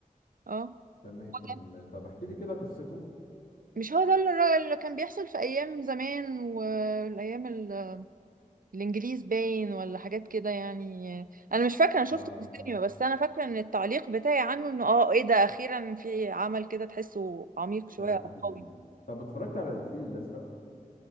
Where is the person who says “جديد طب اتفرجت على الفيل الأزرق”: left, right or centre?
Left